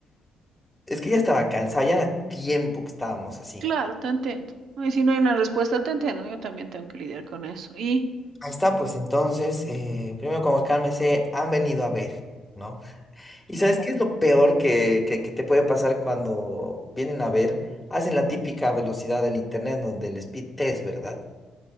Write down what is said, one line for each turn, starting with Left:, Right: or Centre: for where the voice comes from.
Centre: Es que ya estaba cansado, ya era tiempo que estábamos así.
Right: Claro, te entiendo. Ay, si no hay una respuesta, te entiendo. Yo también tengo que lidiar con eso. Y,
Centre: Ahí está, pues entonces, eh, primero como cálmese, han venido a ver, ¿no? ¿Y
Right: ya,
Centre: sabes qué es lo peor que, que, que te puede pasar cuando vienen a ver? Hacen la típica velocidad del internet, ¿no? Del speed test, ¿verdad?